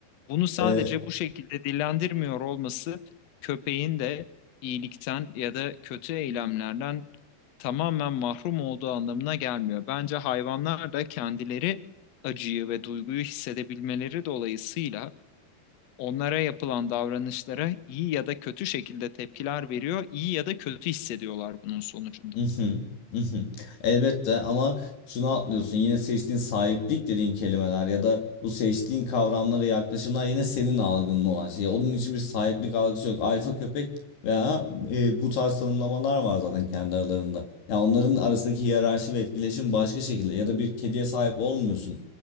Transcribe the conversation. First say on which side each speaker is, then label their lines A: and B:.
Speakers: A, on the left; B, on the left.
A: Bunu sadece
B: Ee,
A: bu şekilde dillendirmiyor olması köpeğin de iyilikten ya da kötü eylemlerden tamamen mahrum olduğu anlamına gelmiyor. Bence hayvanlar da kendileri acıyı ve duyguyu hissedebilmeleri dolayısıyla onlara yapılan davranışlara iyi ya da kötü şekilde tepkiler veriyor, iyi ya da kötü hissediyorlar bunun sonucunda.
B: Hı hı, hı hı. Elbette ama şunu atlıyorsun yine seçtiğin sahiplik dediğin kelimeler ya da bu seçtiğin kavramlara yaklaşımlar yine senin algının olan şey. Onun için bir sahiplik algısı yok. Alfa köpek veya e, bu tarz tanımlamalar var zaten kendi aralarında. Ya onların arasındaki hiyerarşi ve etkileşim başka şekilde ya da bir kediye sahip olmuyorsun.